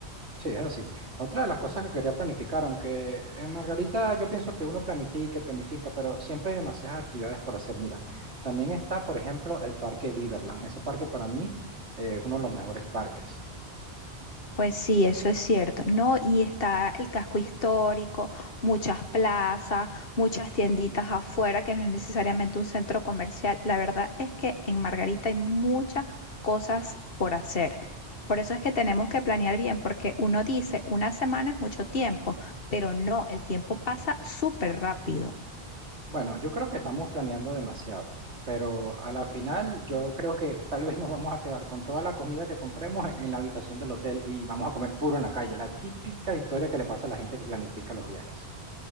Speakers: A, on the right (about 85°); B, on the left (about 60°).
A: Sí, es así. Otra de las cosas que quería planificar, aunque en Margarita yo pienso que uno planifica y planifica, pero siempre hay demasiadas actividades por hacer. Mira, también está, por ejemplo, el Parque Diverland. Ese parque para mí eh, es uno de los mejores parques.
B: Pues sí, eso es cierto, ¿no? Y está el casco histórico, muchas plazas, muchas tienditas afuera, que no es necesariamente un centro comercial. La verdad es que en Margarita hay muchas cosas por hacer. Por eso es que tenemos que planear bien, porque uno dice, una semana es mucho tiempo, pero no, el tiempo pasa súper rápido.
A: Bueno, yo creo que estamos planeando demasiado, pero a la final yo creo que tal vez <laughs> nos vamos a quedar con toda la comida que compremos en la habitación del hotel y vamos a comer puro en la calle. La típica historia que le pasa a la gente que planifica los viajes.